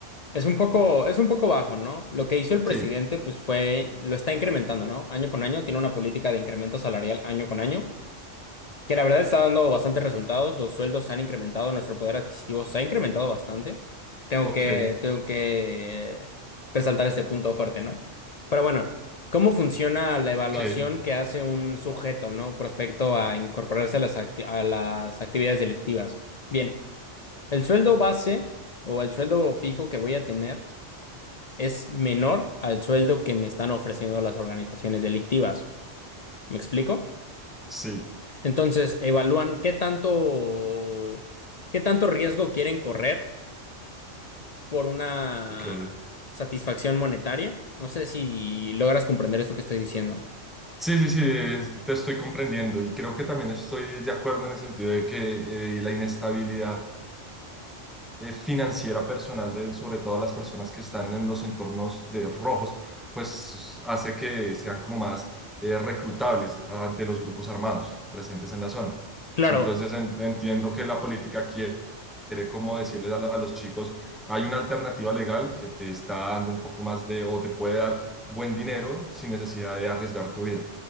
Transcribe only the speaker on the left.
es un poco, es un poco bajo, ¿no? Lo que hizo el
presidente, pues fue, lo está incrementando, ¿no? Año con año, tiene una política de incremento salarial año con año. que la verdad está dando bastantes resultados. Los sueldos se han incrementado, nuestro poder adquisitivo se ha incrementado bastante. Tengo
que, tengo que resaltar este punto fuerte, ¿no? Pero bueno, ¿cómo funciona la evaluación
que hace un sujeto, ¿no? Prospecto a incorporarse a las, acti- a las actividades delictivas. Bien, el sueldo base o el sueldo fijo que voy a tener es menor al sueldo que me están ofreciendo las organizaciones delictivas. ¿Me explico?
Entonces, evalúan qué tanto, qué tanto riesgo quieren correr por una
satisfacción monetaria. No sé si logras comprender esto que estoy diciendo.
Claro,